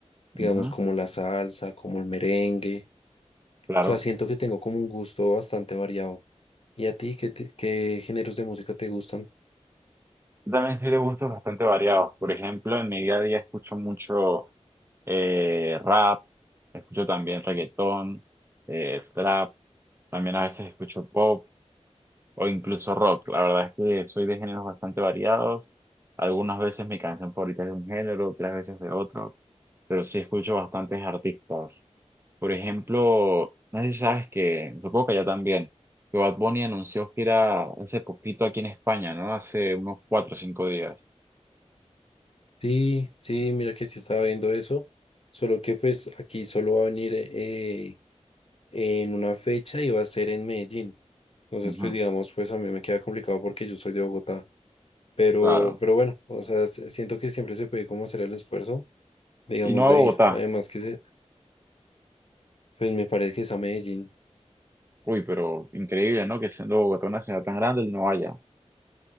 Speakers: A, on the left (about 55°); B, on the right (about 20°).
A: digamos
B: ujú,
A: como la salsa, como el merengue.
B: claro.
A: O sea, siento que tengo como un gusto bastante variado. ¿Y a ti qué, te- qué géneros de música te gustan?
B: Yo también soy de gustos bastante variados. Por ejemplo, en mi día a día escucho mucho eh, rap, escucho también reggaetón, eh, trap, también a veces escucho pop. o incluso rock. La verdad es que soy de géneros bastante variados. Algunas veces mi canción favorita es de un género, otras veces de otro, pero sí escucho bastantes artistas. Por ejemplo, no sé si sabes que, supongo que ya también, que Bad Bunny anunció gira hace poquito aquí en España, ¿no? Hace unos cuatro o cinco días.
A: Sí, sí, mira que sí estaba viendo eso, solo que pues aquí solo va a venir eh, en una fecha y va a ser en Medellín. Entonces,
B: Ujú,
A: pues
B: ujú,
A: digamos, pues a mí me queda complicado porque yo soy de Bogotá, pero,
B: claro.
A: pero bueno, o sea, s- siento que siempre se puede como hacer el esfuerzo, digamos,
B: Y no a
A: de
B: Bogotá.
A: ir. Además que se, pues me parece que es a Medellín.
B: Uy, pero increíble, ¿no? Que siendo Bogotá una ciudad tan grande, él no vaya.